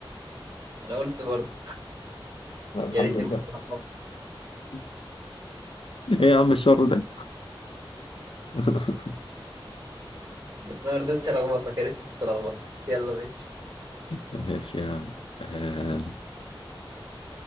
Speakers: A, on the right; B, on the left.
A: أنا قلت برضه
B: لا، الحمد
A: يا ريتني
B: لله
A: كنت لخبطت
B: <laughs> إيه يا عم الشر ده؟ <laughs>
A: أنا ما رضيتش ألخبطك يا ريتني كنت لخبطت يلا ماشي
B: ماشي يا عم آه،